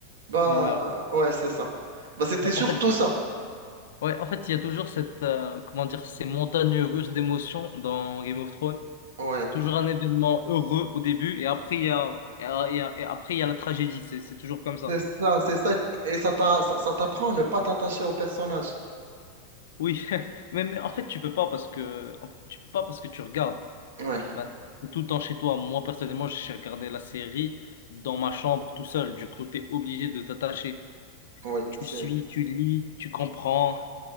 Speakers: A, on the right; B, on the left.
A: bah,
B: Il meurt.
A: ouais, c'est ça. Bah, c'était
B: Ouais,
A: surtout
B: En fait,
A: ça.
B: ouais, en fait, il y a toujours cette, euh, comment dire, ces montagnes russes d'émotions dans Game of Thrones.
A: Ouais.
B: Toujours un événement heureux au début et après il y a, et, a- et- a- et après il y a la tragédie. C'est c'est toujours comme ça.
A: C'est ça, c'est ça, et ça t'a- ça, ça t'apprend à ne pas t'attacher au personnage.
B: Oui, <laughs> mais, mais en fait tu peux pas parce que en fait, tu peux pas parce que tu regardes.
A: Oui,
B: Bah, t'es tout le temps chez toi. Moi personnellement, j'ai regardé la série dans ma chambre tout seul. Du coup, t'es obligé de t'attacher.
A: oui,
B: Tu
A: c'est.
B: suis, tu lis, tu comprends.